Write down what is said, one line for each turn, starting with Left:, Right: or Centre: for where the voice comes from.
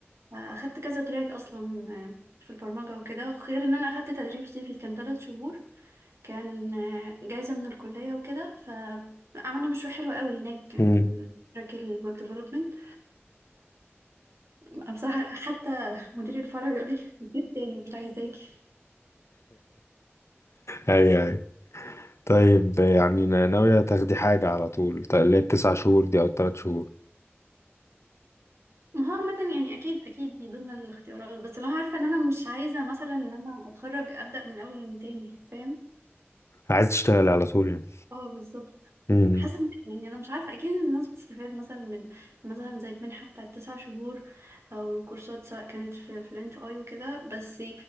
Right: اخدت كذا تراك اصلا آه، في البرمجه وكده غير ان انا اخدت تدريب صيفي كان ثلاث شهور كان آه، جايزه من الكليه وكده فعملنا مشروع حلو قوي هناك كان
Left: امم
Right: تراك الويب ديفلوبمنت انا بصراحه حتى مدير الفرع بيقول لي مدير تاني مش عايزاكي
Left: ايوه ايوه طيب يعني نا- ناوية تاخدي حاجة على طول ط- اللي هي التسع شهور دي او التلات شهور
Right: ما هو عامة يعني أكيد أكيد دي ضمن الاختيارات بس لو عارفة إن أنا مش عايزة مثلا إن أنا أتخرج أبدأ من أول من تاني فاهم
Left: عايز تشتغلي على طول يعني
Right: اه بالظبط
Left: امم
Right: حاسه إن- يعني انا مش عارفه اكيد إن الناس بتستفاد مثلا من مثلا زي المنحه بتاعت تسع شهور او كورسات سواء كانت في في الانت اي وكده بس